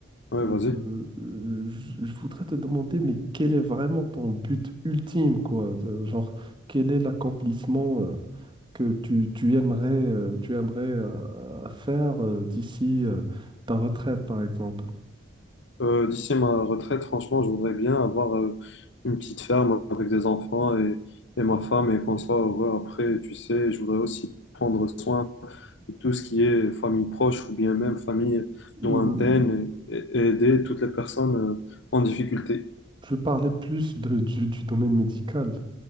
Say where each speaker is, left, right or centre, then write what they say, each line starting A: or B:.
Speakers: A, on the left; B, on the right.
A: ouais,
B: Euh,
A: vas-y.
B: euh, je je voudrais te demander, mais quel est vraiment ton but ultime, quoi? de- Genre, quel est l'accomplissement euh, que tu, tu aimerais, euh, tu aimerais euh, faire euh, d'ici euh, ta retraite, par exemple?
A: Euh, d'ici ma retraite, franchement, je voudrais bien avoir euh, une petite ferme avec des enfants et, et ma femme et qu'on soit heureux après, tu sais. Je voudrais aussi prendre soin de tout ce qui est famille proche ou bien même famille
B: Euh,
A: lointaine et, et- et aider toutes les personnes euh, en difficulté.
B: je parlais plus de, du, du domaine médical.